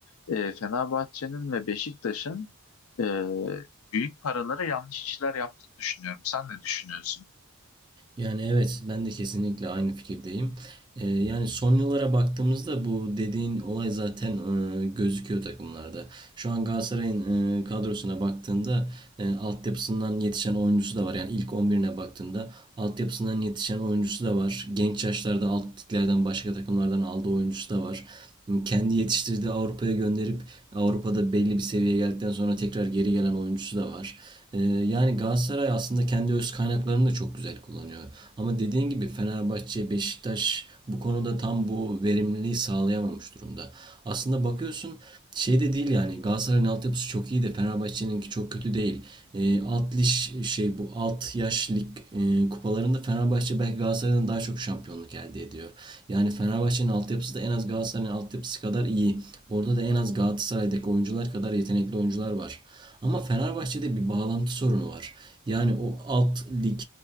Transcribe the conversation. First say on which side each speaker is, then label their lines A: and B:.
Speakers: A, on the left; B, on the right.
A: E, Fenerbahçe'nin ve Beşiktaş'ın e, büyük paralara yanlış işler yaptığını düşünüyorum. Sen ne düşünüyorsun?
B: Yani evet ben de kesinlikle aynı fikirdeyim. Ee, yani son yıllara baktığımızda bu dediğin olay zaten e, gözüküyor takımlarda. Şu an Galatasaray'ın e, kadrosuna baktığında e, altyapısından yetişen oyuncusu da var. Yani ilk 11'ine baktığında altyapısından yetişen oyuncusu da var. Genç yaşlarda alt liglerden başka takımlardan aldığı oyuncusu da var. Kendi yetiştirdiği Avrupa'ya gönderip Avrupa'da belli bir seviyeye geldikten sonra tekrar geri gelen oyuncusu da var. Ee, yani Galatasaray aslında kendi öz kaynaklarını da çok güzel kullanıyor. Ama dediğin gibi Fenerbahçe, Beşiktaş bu konuda tam bu verimliliği sağlayamamış durumda. Aslında bakıyorsun şey de değil yani Galatasaray'ın altyapısı çok iyi de Fenerbahçe'ninki çok kötü değil. Ee, alt liş şey bu alt yaş lig e, kupalarında Fenerbahçe belki Galatasaray'dan daha çok şampiyonluk elde ediyor. Yani Fenerbahçe'nin altyapısı da en az Galatasaray'ın altyapısı kadar iyi. Orada da en az Galatasaray'daki oyuncular kadar yetenekli oyuncular var. Ama Fenerbahçe'de bir bağlantı sorunu var. Yani o alt lig,